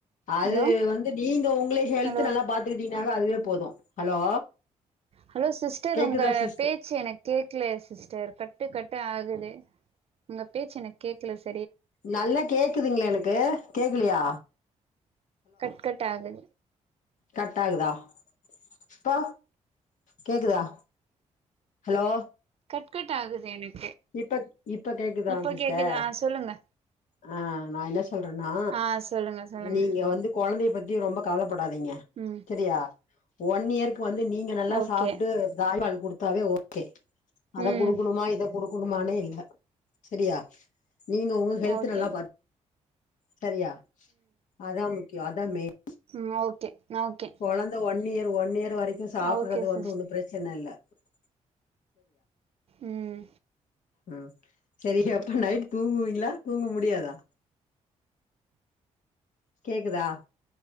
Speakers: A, on the left (about 80°); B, on the right (about 50°).
A: அது
B: ஹலோ
A: வந்து நீங்க உங்களே ஹெல்து
B: ஹலோ
A: நல்லா பாத்துக்கிட்டீங்கன்னா அதுவே போதும் ஹலோ
B: ஹலோ சிஸ்டர்
A: கேக்குதா
B: உங்க
A: சிஸ்டர்
B: பேச்சு எனக்கு கேக் க்ல சிஸ்டர் கட்டு கட்டு ஆகுது உங்க பேச்சு எனக்கு கேக்கல ஷ்
A: நல்லா கேக்குதுங்களா எனக்கு கேக்குலையா
B: கட கட் ஆகுது
A: கர்ட் ஆகுதா இப்ப கேக்குதா ஹலோ
B: கட கட்ட ஆகுது எனக்கு
A: இப்ப இப்ப கேக்குதான்
B: இப்ப
A: சிஸ்டர்
B: கேக்குதா ஆ சொல்லுங்க
A: ஆஹ் நான் என்ன சொல்றேன்னா
B: ஆ சொல்லுங்க சொல்லுங்க
A: நீங்க வந்து குழந்தைய பத்தி ரொம்ப கவலைப்படாதீங்க
B: ம்
A: சரியா ஒன் இயர் வந்து நீங்க நல்லா
B: ஓகே
A: சாப்பிட்டு தவால் கொடுத்து தாவே ஓகே அத
B: ம்
A: கொடுக்கணுமா இத கொடுக்கும் குணமானே இல்ல சரியா நீங்க உங்க ஹெல்த்
B: ஓகே
A: நல்லா பா சரியா அதான் கட் அது தான் மெயின்
B: உம் ஓகே ஓகே
A: குழந்த ஒண்ண நீ அது ஒன் இய ர் வரைக்கு சாப்புறது
B: ஓகே
A: வந்து
B: சிஸ்
A: ஒன்னு பிரச்சனல்ல <unintelligible>
B: ம்
A: ம் செரி அப்ப நைட் தூங்குவீங்ளா தூங்க முடியாதா? கேக்குதா